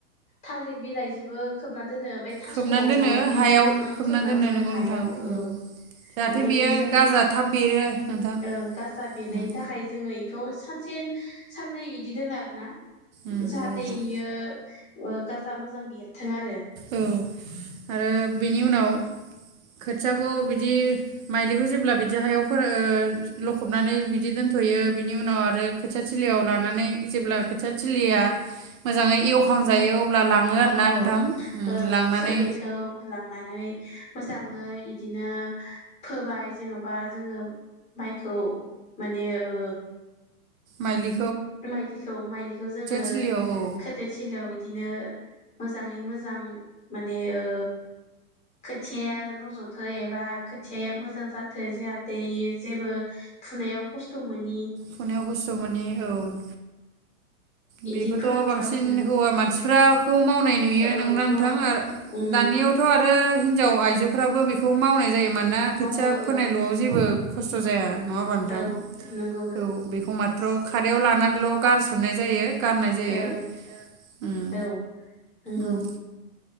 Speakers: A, on the left; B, on the right.
A: थालिर बिलाइजोबो खोबना दोनो ओमफ्राय थास'
B: खोबनानै दोनो
A: बिलाइजोबो
B: हायाव खोबनानै
A: खोबना दोनो
B: नोंगौ
A: हायाव
B: नोंथां उम
A: औ ओमफाय
B: जाहाथे बियो
A: बेखौ जों
B: गाजा थाब बेरो नोंथां
A: ओ गाजा बेरनायनि
B: उम उम
A: थाखाय जोङो खौ सानसे साननै बिदि दोनो आरोना
B: नंगौ
A: जाहाथे
B: नोंथां
A: इयो ओ गाजा मोजां बेरथों आरो ‌।
B: ओ आरो बेनि उनाव खोथियाखौ बिदि माइलिखौ जेब्ला बिदि हायाव फोर ओ लखबनानै बिदि दोनथ'यो बिनि उनाव आरो खोथिया थिलियाव लानानै जेब्ला खोथिया थिलिया मोजाङै एवखांजायो अ ब्ला लाङो आरोना
A: अ
B: नोंथां।
A: ओं
B: लांनानै
A: जों बेखौ लांनानै मोजाङै इदिनो फोबाय जेन'बा जोङो माइखौ माने ओ
B: माइलि
A: माइलिखौ माइलिखौ जोङो
B: थिलियाव औ
A: खोथो थिलियाव बिदिनो मोजाङै मोजां माने ओ खोथियाया रज'थो एबा खोथियाया मोजां जाथो जाहाते इयो जेबो फुनायाव खस्थ' मोनि
B: फुनायाव खस्थ' मोनि औ बेखौथ'
A: इदि फोनांगौ
B: बांसिन
A: आरो जेनेबा
B: हौवा मानसिफोराखौ मावनाय नुयो
A: औ
B: नंगौना
A: हौवा
B: नोंथां
A: हौवाफोर
B: आर
A: उम
B: दानियावथ' आर हिन्जाव आइजोफ्राबो बेखौ मावनाय जायो मानोना खोथिया
A: मावो
B: फोनायल'आव
A: ओं
B: जेबो खस्थ' जाया। नङा होमबा नोंथां
A: औ नंगौ ‌।
B: औ बेखौ माथ्र' खारायाव ला नानै ल' गार सोमनाय जायो गारनाय जायो
A: ओं
B: ओम
A: औ नंगौ
B: ओम